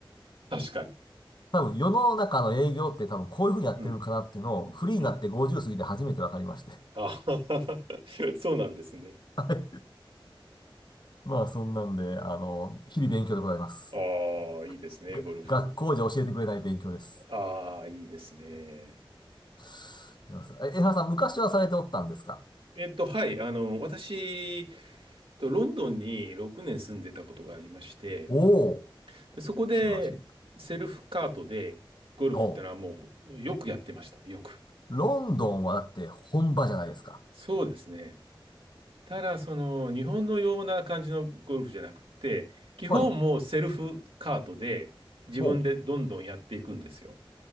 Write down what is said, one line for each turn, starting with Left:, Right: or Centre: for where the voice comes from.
Right: 確かに。
Left: 多分世の中の営業って多分こういうふうにやってるんかなっていうのをフリーになって50過ぎて初めて分かりまして。
Right: うん、うん、うん。あ <laughs> そうなんですね。
Left: <laughs> はいまあ、そんなんで、あの、日々勉強でございます。
Right: ああ、いいですね、
Left: が学校じゃ教えてくれない勉強です。
Right: ゴルフ。ああ、いいですね。
Left: すいませんえ、江原さん、昔はされておったんですか
Right: えっと、はい、あの、私、えっとロンドンに6年住んでたことがありまして、
Left: おおー、
Right: で、そこで、
Left: 素晴らしい。
Right: セルフカートで、ゴルフってのはもう、
Left: おう
Right: よくやってました、よく。
Left: ロンドンはだって本場じゃないですか。
Right: そうですね。ただ、その、日本のような感じのゴルフじゃなくて、基本もうセルフカートで、
Left: はい。
Right: 自分でどんどんやっていくんですよ。
Left: ほ